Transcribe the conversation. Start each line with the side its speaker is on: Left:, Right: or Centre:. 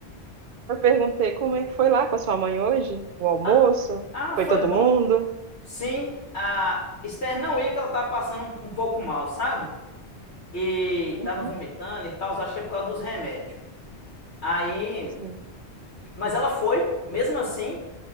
Right: Eu perguntei como é que foi lá com a sua mãe hoje, o almoço,
Left: Ah, ah
Right: foi
Left: foi
Right: todo
Left: bom.
Right: mundo?
Left: Sim, a Esther não ia que ela tava passando um, um pouco mal, sabe? e
Right: Uhum,
Left: tava vomitando e tal, acho que é por causa dos remédios. Aí,
Right: sim,
Left: mas ela foi, mesmo assim,